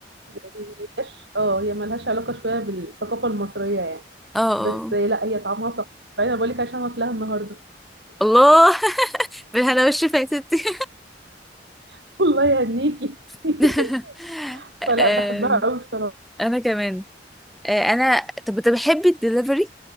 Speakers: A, on the right (about 65°); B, in the centre.
A: ما هياش اه هي ملهاش علاقة شوية بالثقافة المصرية يعني
B: اه اه
A: بس
B: اه.
A: لا هي طعمها تحفة فانا بقول لك عشان واكلها النهاردة
B: الله <laughs> بالهنا والشفا يا ستي
A: <laughs> والله يهنيكي <laughs>
B: <laughs>
A: فلا
B: آم،
A: بحبها قوي بصراحة
B: انا كمان آه، انا طب بتحبي الدليفري